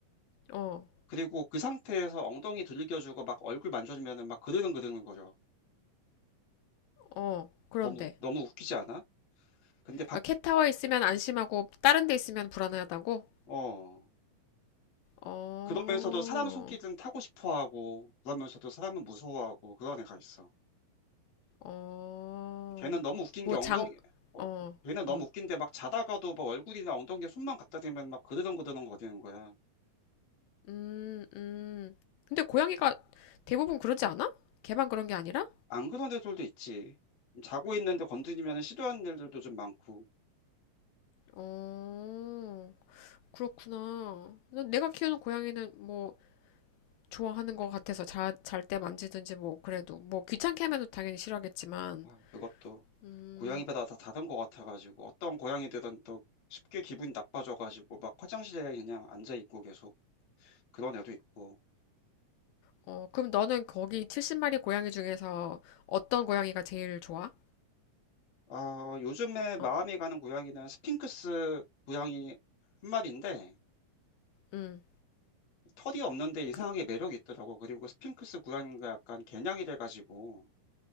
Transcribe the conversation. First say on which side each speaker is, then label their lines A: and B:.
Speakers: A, on the left (about 80°); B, on the left (about 65°).
A: 어,
B: 그리고 그 상태에서 엉덩이 들겨주고 막 얼굴 만져주면은 막 그르릉그르는 거려.
A: 어, 그런데.
B: 너무, 너무 웃기지 않아? 근데 밖,
A: 그러니까 캣타워 있으면 안심하고 다른 데 있으면 불안하다고?
B: 어,
A: 어,
B: 그러면서도 사람 손길은 타고 싶어 하고, 그러면서도 사람은 무서워하고 그런 애가 있어.
A: 어,
B: 걔는 너무 웃긴
A: 뭐
B: 게 엉덩이,
A: 장,
B: 어,
A: 어,
B: 걔는 너무
A: 어,
B: 웃긴데 막 자다가도 막 얼굴이나 엉덩이에 손만 갖다 대면 막 그르렁그르렁 거리는 거야.
A: 음, 음. 근데 고양이가 대부분 그러지 않아? 걔만 그런 게 아니라?
B: 안 그런 애들도 있지. 자고 있는데 건드리면 시도하는 애들도 좀 많고.
A: 어, 그렇구나. 난 내가 키우는 고양이는 뭐 좋아하는 것 같아서 자, 잘때 만지든지 뭐 그래도 뭐 귀찮게 하면 당연히 싫어하겠지만,
B: 아, 그것도
A: 음.
B: 고양이마다 다 다른 것 같아가지고 어떤 고양이들은 또 쉽게 기분이 나빠져가지고 막 화장실에 그냥 앉아 있고 계속 그런 애도 있고.
A: 어, 그럼 너는 거기 70마리 고양이 중에서 어떤 고양이가 제일 좋아?
B: 아, 요즘에 마음이
A: 어,
B: 가는 고양이는 스핑크스 고양이 한 마리인데
A: 음.
B: 털이 없는데 이상하게
A: 그,
B: 매력이 있더라고. 그리고 스핑크스 고양이가 약간 개냥이 돼가지고